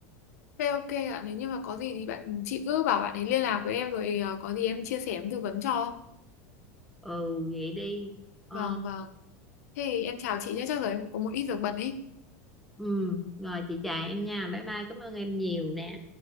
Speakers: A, on the left (about 80°); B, in the centre.
A: Thế ok ạ, nếu như mà có gì thì bạn chị cứ bảo bạn ấy liên lạc với em rồi ờ, có gì em chia sẻ em tư vấn cho.
B: ừ vậy đi ờ
A: Vâng vâng. Thế thì em chào chị nhé, chắc rồi em cũng có một ít việc bận ý.
B: ừ rồi chị chào em nha bye bye cảm ơn em nhiều nè